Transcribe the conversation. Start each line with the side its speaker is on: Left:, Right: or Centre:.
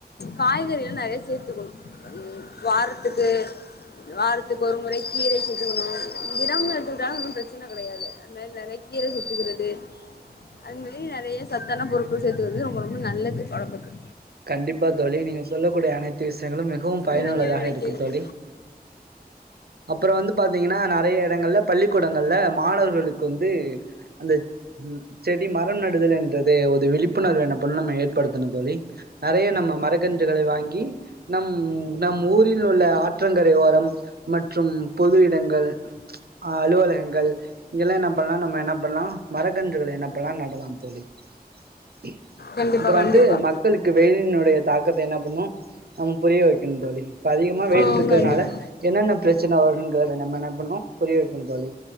Left: காய்கறில்லா நெறைய சேத்துக்கணு ம் வாரத்துக்கு வாரத்துக்கு ஒரு முறை கீரை சேத்துக்கணு விடாம எடுத்துக்கிட்டாலு ஒன்னு பிரச்சன கெடையாது அது மாரி நெறைய கீரை சேத்துக்கிறது அது மாரி நெறைய சத்தான பொருட்கள் சேத்துகறது ரொம்ப ரொம்ப நல்லது ஒடம்புக்கு
Right: கண்டிப்பா தோழி நீங்க சொல்லக்கூடிய அனைத்து விஷயங்களு மிகவும்
Left: இதுக்கு
Right: பயனுள்ளதாக
Left: நீங்க என்ன நினைக்கிறீங்க
Right: இருக்கு தோழி <inaudible> அப்பறோ வந்து பாத்தீங்கன்னா நெறைய எடங்கள்ல பள்ளிக்கூடங்கள்ல மாணவர்களுக்கு வந்து அந்த ம் செடி மரம் நடுதல் என்றதே ஒரு விழிப்புணர்வு என்ன பண்ண நம்ம ஏற் படுத்தணு தோழி நெறைய நம்ம மரக்கன்றுகளை வாங்கி இ நம் நம் ஊரில் உள்ள ஆற்றங்கரை ஓரம் மற்றும் பொது இடங்கள் அலுவலகங்கள் இங்கெல்லா என்ன பண்லா நம்ம என்ன பண்லா மரக்கன்றுகளை என்ன பண்லா நடலா தோழி <inaudible>
Left: கண்டிப்பா
Right: அப்பற
Left: கண்டிப்பா
Right: வந்து மக்களுக்கு வெயிலினுடைய தாக்கத்தை என்ன பண்ணு நம்ம புரிய வெக்கணு தோழி இப்போ அதிகமா வெயில்
Left: ஆ
Right: இருக்கறனால
Left: கண்டிப்பா
Right: என்னென்ன பிரச்சன வரும்ங்கிறத நம்ம என்ன பண்ணோ புரிய வெக்கணு தோழி